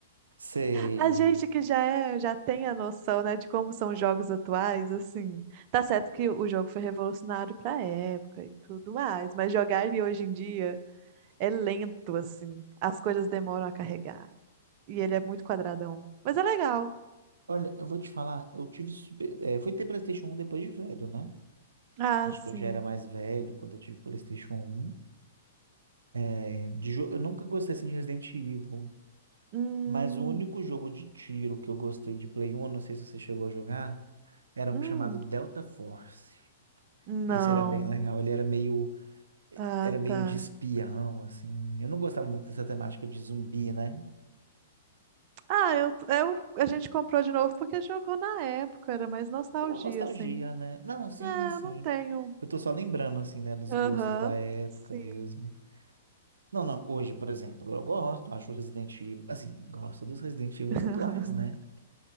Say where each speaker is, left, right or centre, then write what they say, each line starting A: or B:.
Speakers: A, on the right (about 85°); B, on the right (about 45°).
A: Sei.
B: a gente que já é, já tem a noção, né, de como são os jogos atuais, assim. Tá certo que o jogo foi revolucionário pra época e tudo mais, mas jogar ele hoje em dia é lento, assim. As coisas demoram a carregar. E ele é muito quadradão. Mas é legal.
A: Olha, eu vou te falar, eu tive super, é, fui ter PlayStation um depois de velho, né?
B: Ah,
A: Acho
B: sim.
A: que eu já era mais velho quando eu tive PlayStation um É, de jo- eu nunca gostei assim de Resident Evil,
B: Hum,
A: mas o único jogo de tiro que eu gostei de Play 1, eu não sei se você chegou a jogar, era um
B: Hum,
A: chamado Delta Force.
B: não.
A: Esse era bem legal, ele era meio,
B: Ah,
A: era meio
B: tá.
A: de espião, assim. Eu não gostava muito dessa temática de zumbi, né?
B: Ah, eu, eu, a gente comprou de novo porque jogou na época, era mais nostalgia,
A: Pela nostalgia,
B: assim.
A: né? Não, sim,
B: É,
A: sim.
B: eu não tenho.
A: Eu tô só lembrando, assim, né, dos
B: Aham,
A: gostos da época
B: sim.
A: mesmo. Não, não, hoje, por exemplo, eu gosto, acho o Resident Evil, assim, gosto dos Resident Evil
B: <laughs>
A: atuais, né?